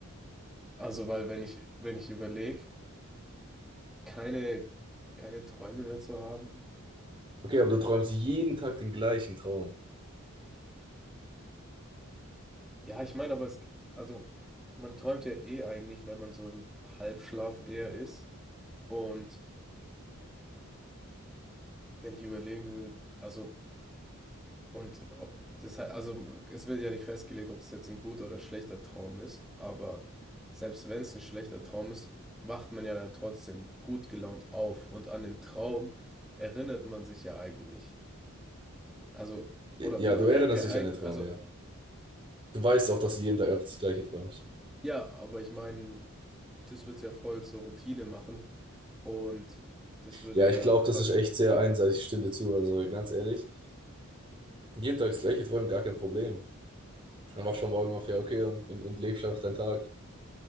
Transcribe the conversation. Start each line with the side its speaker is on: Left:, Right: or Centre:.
Centre: Also, weil wenn ich, wenn ich überlege, keine, keine Träume mehr zu haben.
Right: Okay, aber du träumst jeden Tag den gleichen Traum.
Centre: Ja, ich meine, aber es, also, man träumt ja eh eigentlich, wenn man so im Halbschlaf eher ist. Und wenn ich überlegen würde, also Und ob das halt, also es wird ja nicht festgelegt, ob es jetzt ein guter oder schlechter Traum ist, aber selbst wenn es ein schlechter Traum ist, wacht man ja dann trotzdem gut gelaunt auf und an den Traum erinnert man sich ja eigentlich. Also,
Right: Ja,
Centre: oder man
Right: du
Centre: merkt
Right: erinnerst
Centre: ja
Right: dich
Centre: eigentlich,
Right: an den Traum,
Centre: also
Right: ja. Du weißt auch, dass du jeden Tag einfach das Gleiche träumst.
Centre: ja, aber ich meine, das wird es ja voll zur Routine machen und das würde
Right: Ja,
Centre: ja
Right: ich glaube,
Centre: praktisch.
Right: das ist echt sehr einseitig. Ich stimme dir zu. Also ganz ehrlich, jeden Tag das gleiche träumen, gar kein Problem. Dann wachst du am Morgen auf, ja, okay, und, und, und lebst einfach deinen Tag.